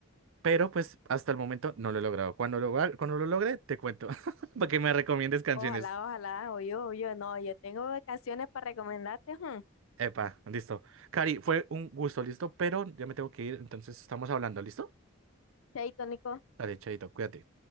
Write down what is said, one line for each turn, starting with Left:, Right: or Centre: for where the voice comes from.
Right: Pero pues hasta el momento no lo he logrado. Cuando lo, ha- cuando lo logre, te cuento. <laughs> Para que me recomiendes canciones.
Left: Ojalá, ojalá, o yo, o yo, no, yo tengo canciones para recomendarte, hmm.
Right: Epa, listo. Cari, fue un gusto, listo. Pero ya me tengo que ir. Entonces estamos hablando, ¿listo?
Left: Chaito, Nico.
Right: Dale, chaito, cuídate.